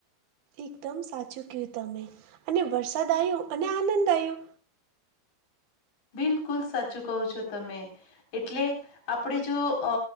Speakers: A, on the right; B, on the left.
A: એકદમ સાચું કહું તમે અને વરસાદ આવ્યો અને આનંદ આવ્યો
B: બિલકુલ સાચું કહો છો તમે એટલે આપણે જો અ